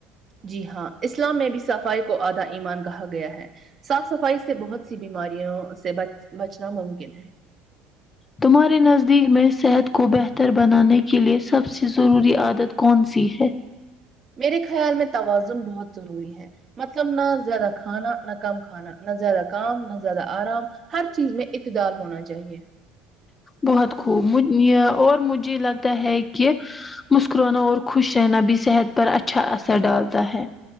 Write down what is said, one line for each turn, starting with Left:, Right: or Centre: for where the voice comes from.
Right: جی ہاں اسلام میں بھی صفائی کو آدھا ایمان کہا گیا ہے صاف صفائی سے بہت سی بیماریاں سے بچ بچنا ممکن ہے
Left: تمہارے نزدیک میں صحت کو بہتر بنانے کے لیے سب سے ضروری عادت کونسی ہے
Right: میرے خیال میں توازن بہت ضروری ہے مطلب نہ زیادہ کھانا نہ کم کھانا نہ زیادہ کام نہ زیادہ آرام ہر چیز میں عتدال ہونا چاہیے
Left: بہت خوب اور مجھے لگتا ہے کہ مسکرانا اور خوش رہنا بھی صحت پر اچھا اثر ڈالتا ہے